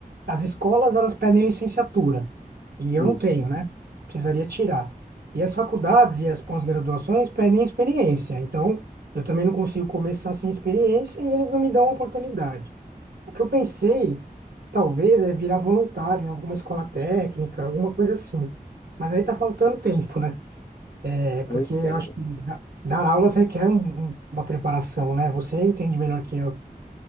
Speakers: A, on the right; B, on the left.
A: As escolas, elas pedem licenciatura, e eu
B: Isso,
A: não tenho, né? Precisaria tirar. E as faculdades e as pós-graduações pedem experiência, então eu também não consigo começar sem experiência e eles não me dão a oportunidade. O que eu pensei, talvez, é virar voluntário em alguma escola técnica, alguma coisa assim. Mas aí tá faltando tempo, né? É
B: eu
A: porque
B: entendo.
A: eu acho que da- dar aulas requer um- um- uma preparação, né? Você entende melhor que eu.